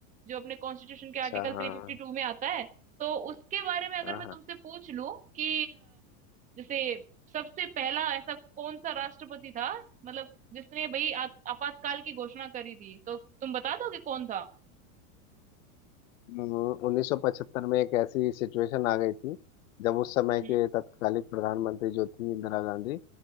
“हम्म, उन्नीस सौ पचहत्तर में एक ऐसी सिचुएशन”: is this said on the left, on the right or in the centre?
Left